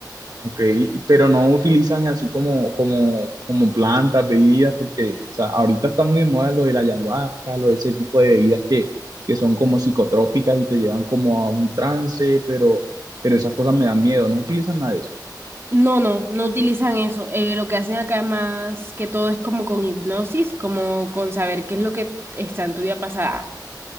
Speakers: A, on the right (about 60°); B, on the right (about 35°).
A: Ok, pero no utilizan así como, como, como plantas, bebidas, porque o sea, ahorita está muy en moda lo de la ayahuasca, lo de ese tipo de bebidas que, que son como psicotrópicas y te llevan como a un trance, pero, pero esas cosas me dan miedo, no utilizan nada de eso.
B: No, no, no utilizan eso. Eh, lo que hacen acá más que todo es como con hipnosis, como con saber qué es lo que está en tu vida pasada.